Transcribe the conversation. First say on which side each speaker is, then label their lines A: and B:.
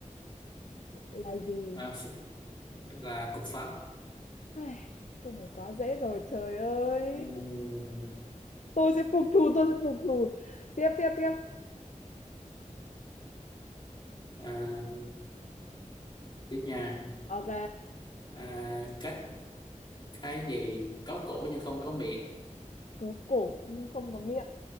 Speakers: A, on the left; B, on the left.
A: là gì?
B: À, phúc là cục phấn.
A: Ai, Câu này quá dễ rồi trời ơi.
B: Ừ.
A: Tôi sẽ phục thù, tôi sẽ phục thù. Tiếp tiếp tiếp.
B: À, tiếp nha
A: Ok.
B: à, cách cái gì có cổ nhưng không có miệng
A: Có cổ nhưng không có miệng.